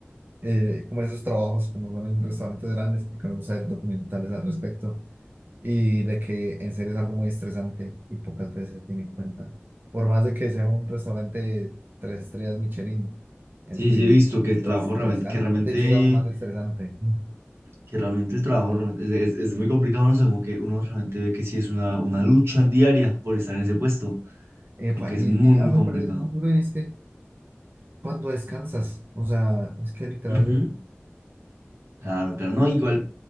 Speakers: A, on the right (about 50°); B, on the right (about 70°).
A: eh, como esos trabajos, como son en restaurantes grandes, que me gusta ver documentales al respecto, y de que en serio es algo muy estresante y pocas veces se tiene en cuenta. Por más de que sea un restaurante de tres estrellas Michelin, el
B: Sí,
A: ritmo
B: sí, he visto que el trabajo
A: es estresante.
B: realmente, que realmente
A: De hecho, es aún más estresante.
B: que realmente el trabajo realmente es, es- es muy complicado, ¿no? O sea, como que uno realmente ve que sí es una, una lucha diaria por estar en ese puesto,
A: Epa,
B: como que es
A: y,
B: muy,
A: y
B: muy
A: algo
B: complicado.
A: me parece muy duro y es que cuando descansas, o sea, es que literal,
B: Ujú. Claro, claro, no, igual,